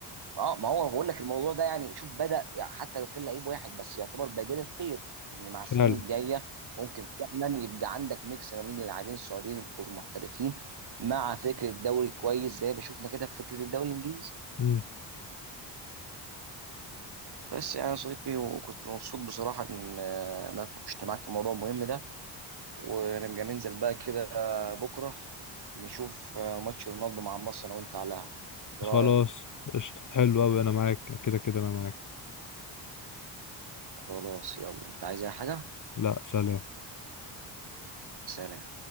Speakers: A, on the right; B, on the left.
A: اه ما هو بقول لك الموضوع ده يعني شوف بدأ يعني حتى لو كان لعيب واحد بس يعتبر بديل الخير ان مع
B: فعلا
A: السنين الجاية ممكن فعلا يبقى عندك ميكس ما بين اللاعبين السعوديين المحترفين مع فكرة الدوري كويس زي ما شفنا كده في فكرة الدوري الانجليزي
B: مم.
A: بس يعني يا صديقي وكنت مبسوط بصراحة إن آه، إن أنا اتناقشت معاك في الموضوع المهم ده ونبقى ننزل بقى كده بكرة نشوف آه، ماتش رونالدو مع النصر أنا وأنت على القهوة إيه
B: خلاص
A: رأيك؟
B: قشطة حلو قوي انا معاك كده كده انا معاك
A: خلاص يلا أنت عايز أي حاجة؟
B: لا سلام
A: سلام